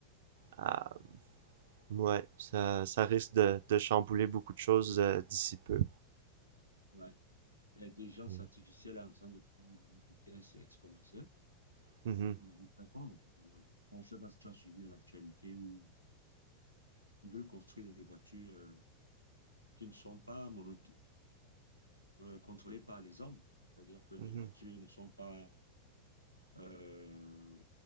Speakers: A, on the right (about 55°); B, on the right (about 80°).
A: ah, ouais, ça, ça risque de, de chambouler beaucoup de choses euh, d'ici peu.
B: Ouais. L'intelligence
A: Mm.
B: artificielle est en train de prendre une vitesse exponentielle,
A: Mhm.
B: en train d'aller très fort. Euh, je ne sais pas si tu as suivi l'actualité où euh, ils veulent construire des voitures euh, qui ne sont pas mono- euh, contrôlées par les hommes. C'est-à-dire que les
A: Mhm.
B: voitures ne sont pas... euh,